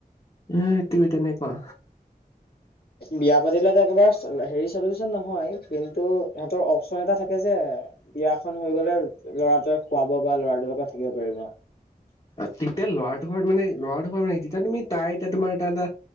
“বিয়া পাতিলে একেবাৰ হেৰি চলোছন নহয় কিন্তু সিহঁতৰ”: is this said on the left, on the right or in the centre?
Left